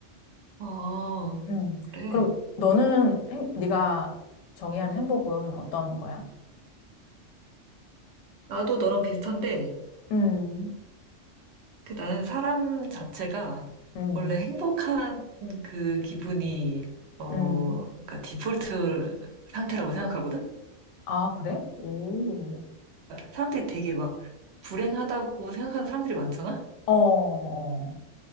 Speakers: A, on the right; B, on the left.
A: 어,
B: 음.
A: 그래.
B: 그럼 너는 행, 네가 정의한 행복은 어떤 거야?
A: 나도 너랑 비슷한데,
B: 음,
A: 그 나는 사람 자체가
B: 음,
A: 원래 행복한 그 기분이, 어,
B: 음.
A: 그러니까 디폴트 상태라고 생각하거든?
B: 아, 그래? 오.
A: 사람들이 되게 막 불행하다고 생각하는 사람들이 많잖아?
B: 어, 어.